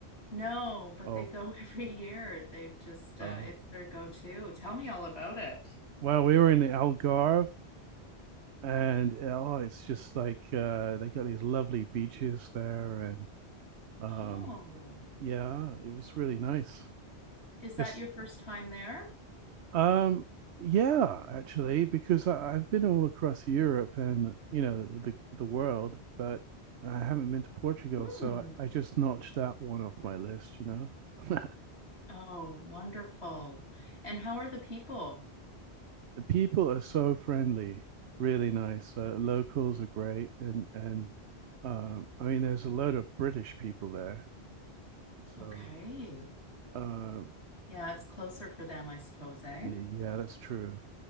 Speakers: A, on the left; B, on the right.
A: No, but
B: Oh,
A: they go <laughs> every year. They've just, uh,
B: oh.
A: it's their go-to. Tell me all about it.
B: Well, we were in the Algarve, and oh, it's just like uh, they got these lovely beaches there, and um,
A: Oh,
B: yeah, it was really nice.
A: is that
B: Just
A: your first time there?
B: Um, yeah, actually, because I, I've been all across Europe and you know the the world, but I haven't been to Portugal,
A: hmm
B: so I, I just notched that one off my list. You know, <laughs> the
A: Oh, wonderful. And how are the people?
B: people are so friendly, really nice. Lo- locals are great, and and um, I mean, there's a load of British people there, so
A: Okay.
B: uh,
A: Yeah, it's closer for them, I suppose, eh?
B: yeah, yeah, that's true.